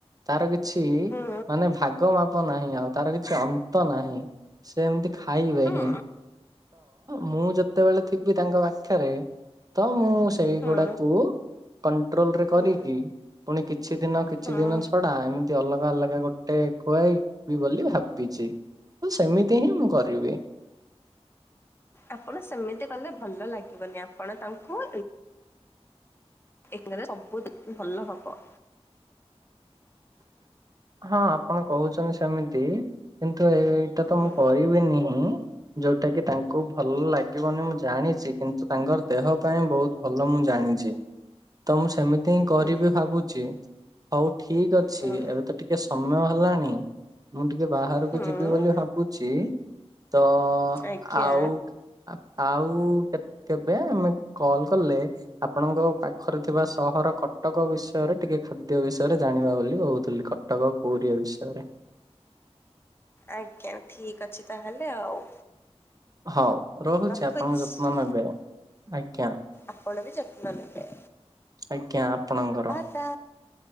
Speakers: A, on the right; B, on the left.
A: ତାର କିଛି
B: ହୁଁ
A: ମାନେ ଭାଗ ମାପ ନାହିଁ। ଆଉ ତାର କିଛି ଅନ୍ତ ନାହିଁ ସେମତି <unintelligible>
B: ହୁଁ
A: ମୁଁ ବି ତାଙ୍କ ପାଖରେ ତ ମୁଁ ସେଇଗୁଡାକୁ
B: ହୁଁ
A: କଣ୍ଟ୍ରୋଲରେ କରିକି
B: ହୁଁ
A: ପୁଣି କିଛି କିଛି ଦିନ କିଛି
B: ହୁଁ
A: ଦିନ ଛଡା ଏମିତି ଅଲଗା ଅଲଗା ଗୋଟେ। ଗୋଟେ ଖୁଆଇବି ବୋଲି ଭାବିଛି ତ ସେମିତି ହିଁ ମୁଁ କରିବି।
B: ଆପଣ ସେମିତି କଲେ ଭଲ ଲାଗିବନି ଆପଣ ତାଙ୍କୁ, ଏମିତି କଲେ ସବୁଦିନ ଭଲ ହବ।
A: ହଁ ଆପଣ କହୁଛନ୍ତି ସେମିତି କିନ୍ତୁ ଏଇଟା ତ
B: ହୁଁ
A: ମୁଁ କହିବିନି। ଯୋଉଟା କି ତାଙ୍କୁ ଭଲ ଲାଗିବନି ମୁଁ ଜାଣିଛି କିନ୍ତୁ ତାଙ୍କର ଦେହ ପାଇଁ ବହୁତ। ଭଲ ମୁଁ ଜାଣିଛି। ତ ମୁଁ ସେମିତି ହିଁ କରିବି
B: ହୁଁ
A: ଭାବୁଛି, ହଉ ଠିକ ଅଛି
B: ହୁଁ
A: ଏବେ ତ ଟିକେ। ଟିକେ ସମୟ ହେଲାଣି ମୁଁ ଟିକେ ବାହାରକୁ
B: ହୁଁ
A: ଯିବି ବୋଲି ଭାବୁଛି। ତ
B: ଆଜ୍ଞା।
A: ଆଉ? ଆଉ କେବେ ଆମେ କଲ କଲେ। ଆପଣଙ୍କ ପାଖରେ ଥିବା ସହର କଟକ ବିଷୟରେ ଟିକେ ଖାଦ୍ୟ ବିଷୟରେ ଜାଣିବା ବୋଲି କହୁଥିଲି। କଟକ ପୁରୀ ଏ ବିଷୟରେ।
B: ଆଜ୍ଞା, ଠିକ ଅଛି ତାହେଲେ ଆଉ।
A: ହଉ ରହୁଛି
B: ରଖୁଛି।
A: ଆପଣଙ୍କ ଯତ୍ନ ନେବେ, ଆଜ୍ଞା।
B: ଆପଣ ବି ଯତ୍ନ ନେବେ।
A: ଆଜ୍ଞା, ଆପଣଙ୍କର?
B: ତ